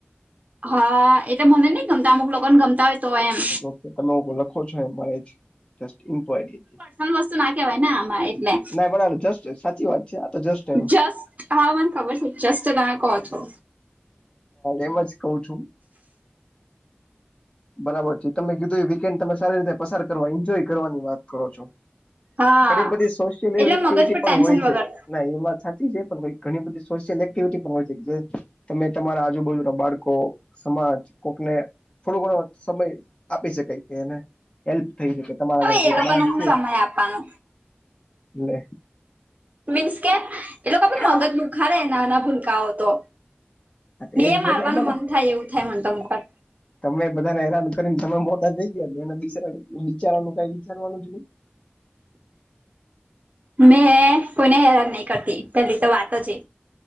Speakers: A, on the right; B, on the left.
A: હા, એટલે મને નઈ ગમતા, અમુક લોકોને ગમતા હોય તો એમ
B: ઓકે તમે લખો છો એમાં એ જસ્ટ ઇન્ક્વાયરી હતી
A: પર્સનલ વસ્તુ ના કહેવાય ને આમાં એટલે,
B: ના બરાબર જસ્ટ સાચી વાત છે આ તો જસ્ટ એમ
A: જસ્ટ હા મને ખબર છે, જસ્ટ તમે કો છો.
B: એમ જ કવ છું. બરાબર છે, તમે કીધું એ વીકેન્ડ તમે સારી રીતે પસાર કરવા એન્જોય કરવાની વાત કરો છો.
A: હા
B: ઘણી બધી સોશિયલ એ
A: એટલે
B: એક્ટિવિટી
A: મગજ પર
B: પણ
A: ટેન્શન
B: હોય
A: વગર
B: છે. ના એમાં સાચી છે પણ ઘણી બધી સોશિયલ એક્ટિવિટી પણ હોય છે. તમે તમારા આજુબાજુ ના બાળકો, સમાજ, કોકને. થોડો ઘણો સમય આપી શકાય કે એને. હેલ્પ થઈ શકે તમારા
A: હવે
B: ઘન
A: એ લોકોનો હું
B: છે,
A: સમય આપવાનો
B: એ.
A: મીન્સ કેમ, એટ કે ભ
B: હા
A: મગજ દુખાારે નાના ભૂલકાઓ તો.
B: તો
A: ને
B: એજ
A: મારવાનું
B: મજા છે
A: મન થાય એવું થાય મતો મુખર.
B: તમે બધાને હેરાન કરીને તમે મોટા થઈ ગયાલે એના બ વિચારાનું કઈ વિચારવાનું જ નહી.
A: મેં કોને હેરાન નહી કરતી પેલી તો વાત જ એ.